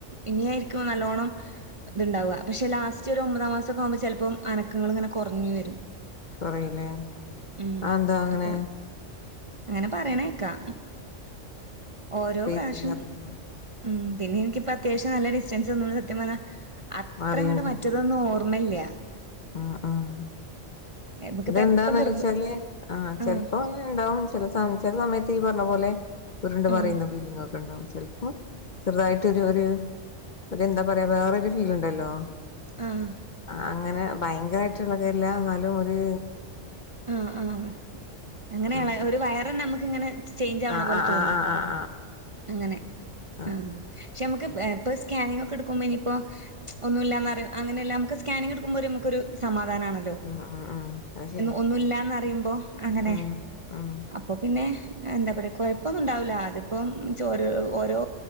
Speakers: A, on the right; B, on the left.
A: ഇനിയായിരിക്കും നല്ലോണ്ണം ഇത്ണ്ടാവുക പക്ഷെ ലാസ്റ്റ് ഒരു ഒമ്പതാം മാസൊക്കെ ആവുമ്പോ ചിലപ്പോ അനക്കങ്ങൾ ഇങ്ങനെ കുറഞ്ഞു വരും
B: കൊറയുല്ലേ
A: ഉം
B: ആന്താ അങ്ങനെ
A: അപ്പൊ അങ്ങനെ പറയണേക്കാ ഓരോ
B: സ്പേസ്
A: പ്രാവശ്യം
B: ഇല്ലാത്തോണ്ടാ
A: ഉം പിന്നെ എനിക്കിപ്പോ അത്യാവശം നല്ല ഡിസ്റ്റൻസ് വന്നൊണ്ട് സത്യം പറഞ്ഞ അത്രങ്ങട്
B: മാറിയോണ്ടാ
A: മറ്റതൊന്ന് ഓർ ഓർമ്മല്ല
B: ആഹ് ആഹ്
A: നമുക്കിപ്പ
B: ഇതെന്താന്ന്
A: എപ്പം ഗർഭ
B: വോച്ചാല് ആ ചെിലപ്പോ
A: ആഹ്
B: അങ്ങന ഉണ്ടാവും ച ചില സമയത്ത് തീ പറഞ്ഞ പോലെ ഉരുണ്ട് മറയുന്ന
A: ആഹ്
B: ഫീലിങ്ങൊക്കെ ഉണ്ടാവും ചിലപ്പോ ചെറുതായിട്ടൊരു ഒരു ഒരു എന്താ പറയാ വേറൊരു ഫീൽ ഇണ്ടല്ലോ
A: ആഹ്
B: ആഹ് അങ്ങനെ ഭയങ്കരമായിട്ടുള്ളതല്ല എന്നാലും ഒര്
A: ആഹ് ആഹ് അങ്ങനെയുള്ള
B: അതിപ്പോ
A: ഒരു വയറഞ്ഞെ നമുക്ക് ഇങ്ങനെ ചേഞ്ച് ആവണ
B: ആഹ്
A: പോലെ
B: ആഹ്
A: തോന്നും
B: ആഹ് ആഹ്
A: അങ്ങനെ
B: ആഹ് ആഹ് ആഹ്
A: ആഹ പക്ഷെ നമക്ക് ഇപ്പോ സ്കാനിങ് ഒക്കെ ഇട്ക്കുമ്പോ ഇനിപ്പോ ഒന്നുല്ലാന്ന് അറ്യോ അങ്ങനെല്ല നമുക്ക് സ്കാനിങ് ഇട്ക്കുമ്പോ ഒരു നമുക്കൊരു സമാ ധാനാണല്ലോ.
B: ആഹ് ഉം ഉം ഉം അത് ശരിയാ
A: ഒന്നുമല്ലന്നറിയുമ്പോ അങ്ങനെ
B: ഉം ഉം
A: അപ്പൊ പിന്നെ എന്താ പറയാ കുഴപ്പൊന്നും ഉണ്ടാവില്ല അതിപ്പം ചോര് ഓരോ